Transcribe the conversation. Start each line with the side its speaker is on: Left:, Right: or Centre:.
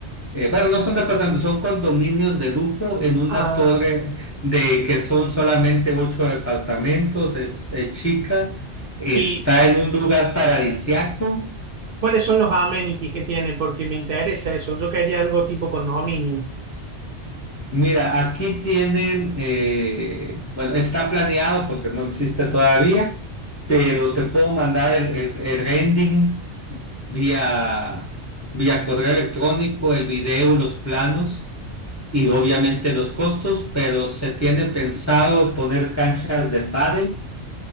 Left: Eh, bueno, no son departamentos, son condominios de lujo en una
Right: Ah,
Left: torre de que son solamente ocho departamentos, es, es chica, está
Right: ¿y
Left: en un lugar paradisiaco.
Right: cuáles son los amenities que tiene? Porque me interesa eso. Yo quería algo tipo condominio.
Left: Mira, aquí tienen, eh, bueno, está planeado porque no existe todavía, pero te puedo mandar el, el, el rendering vía, vía correo electrónico, el video, los planos. y obviamente los costos, pero se tiene pensado poner canchas de pádel,